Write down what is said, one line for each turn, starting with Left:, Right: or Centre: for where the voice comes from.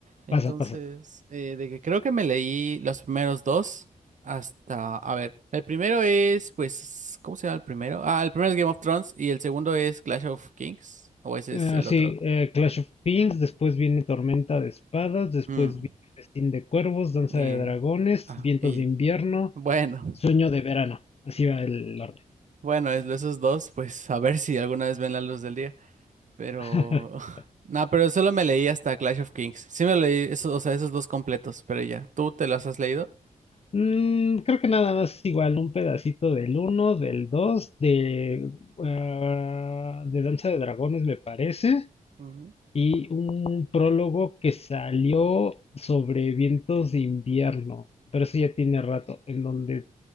Right: Entonces,
Left: pasa, pasa.
Right: eh, de que creo que me leí los primeros dos hasta, a ver, el primero es, pues, ¿cómo se llama el primero? Ah, el primero es Game of Thrones y el segundo es Clash of Kings, o ese
Left: Ah,
Right: es el
Left: sí,
Right: otro.
Left: eh, Clash of Kings, después viene Tormenta de Espadas, después
Right: Mm,
Left: viene Festín de Cuervos, Danza
Right: eh,
Left: de Dragones,
Right: ah,
Left: Vientos
Right: y
Left: de
Right: ya.
Left: Invierno,
Right: Bueno,
Left: Sueño de Verano. Así va el orden.
Right: <laughs> bueno, es- esos dos, pues, a ver si alguna vez ven la luz del día, pero...
Left: <laughs>
Right: <laughs> No, pero solo me leí hasta Clash of Kings. Sí me leí esos, o sea, esos dos completos, pero ya, ¿tú te los has leído?
Left: Mm, creo que nada más igual un pedacito del uno, del 2, de, ah, de Danza de Dragones me parece,
Right: Ujú.
Left: y un prólogo que salió sobre vientos de invierno, pero eso ya tiene rato, en donde